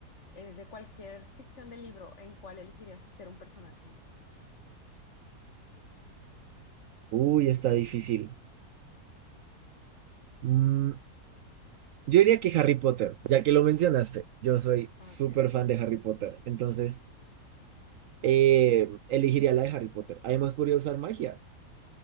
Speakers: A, on the left; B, on the right.
A: eh, de cualquier ficción de libro, ¿en cuál elegirías ser un personaje?
B: Uy, está difícil. Mm, yo diría que Harry Potter, ya que lo mencionaste, yo soy súper
A: Ok.
B: fan de Harry Potter, entonces... eh, elegiría la de Harry Potter. Además, podría usar magia.